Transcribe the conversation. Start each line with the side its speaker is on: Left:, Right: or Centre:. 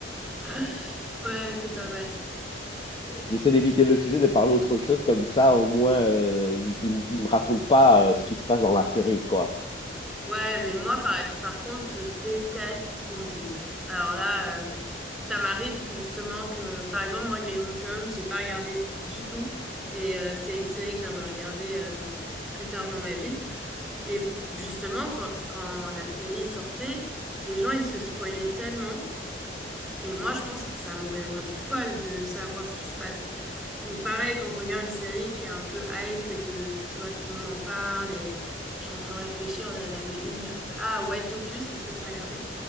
Centre: <laughs> Ouais, c'est pas mal ça.
Left: J'essaie d'éviter le sujet, de parler autre chose, comme ça au moins euh, il, il m- il me raconte pas euh, ce qui se passe dans la série, quoi.
Centre: Ouais, mais moi, par, par contre, je déteste qu'on me dise. Alors là, euh, ça m'arrive que justement, que par exemple, moi, Game of Thrones, j'ai pas regardé du du tout. Et euh, c'est une série que j'aimerais regarder euh, plus tard dans ma vie. Mais justement, quand, quand la série sortait, les gens, ils se spoilaient tellement. Et moi, je pense que ça m'aurait rendu folle de savoir ce qui se passe. Donc pareil, quand je regarde une série qui est un peu hype et que tu vois, tout le monde en parle et je suis en train de réfléchir, on en avait une. il y a- enfin, Ah, White Lotus, est-ce que t'as regardé?